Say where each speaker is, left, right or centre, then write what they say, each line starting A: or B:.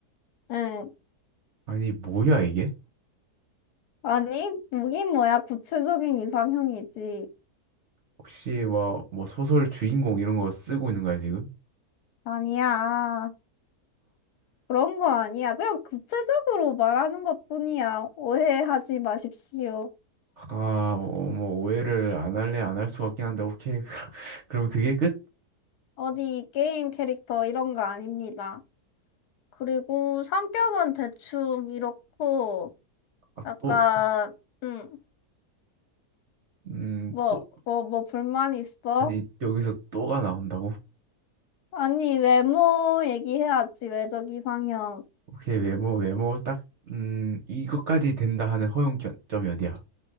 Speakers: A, on the left (about 75°); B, on the right (about 50°).
A: 응.
B: 아니, 뭐야, 이게?
A: 아니, 뭐긴 뭐야. 구체적인 이상형이지.
B: 혹시 뭐, 뭐 소설 주인공 이런 거 쓰고 있는 거야, 지금?
A: 아니야. 그런 거 아니야. 그냥 구체적으로 말하는 것뿐이야. 오해하지 마십시오.
B: 아, 어, 뭐 오해를 안 할래 안 할 수 같긴 한데 오케이. <laughs> 그럼 그게 끝?
A: 어디 게임 캐릭터 이런 거 아닙니다. 그리고 성격은 대충 이렇고,
B: 아,
A: 약간,
B: 또
A: 응,
B: 음,
A: 뭐,
B: 또
A: 뭐, 뭐 불만 있어?
B: 아니 여기서 또가 나온다고?
A: 아니, 외모 얘기해야지. 외적 이상형.
B: 오케이 외모 외모 딱 음, 이것까지 된다 하는 허용점이 어디야?